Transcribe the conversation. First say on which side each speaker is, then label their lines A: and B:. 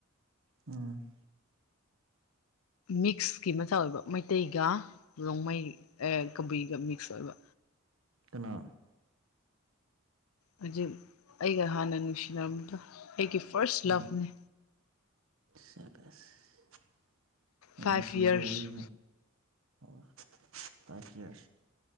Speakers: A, on the right; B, on the left.
A: ꯎꯝ
B: ꯃꯤꯛꯁꯀꯤ ꯃꯆꯥ ꯑꯣꯏꯕ ꯃꯩꯇꯩꯒ ꯔꯣꯡꯃꯩ ꯑꯦ ꯀꯕꯨꯏꯒ ꯃꯤꯛꯁ ꯑꯣꯏꯕ
A: ꯀꯅꯥ
B: ꯍꯧꯖꯤꯛ ꯑꯩꯒ ꯍꯥꯟꯅ ꯅꯨꯡꯁꯤꯅꯔꯕꯗ ꯑꯩꯒꯤ ꯐꯥꯔꯁ
A: ꯎꯝ
B: ꯂꯚꯅꯤ
A: ꯁꯕꯥꯁ
B: ꯐꯥꯏꯚ
A: ꯅꯨꯡꯁꯤꯕ
B: ꯌꯔꯁ
A: ꯋꯥꯔꯤꯅꯤ ꯑꯣꯐꯥꯔꯁ ꯂꯥꯞꯐ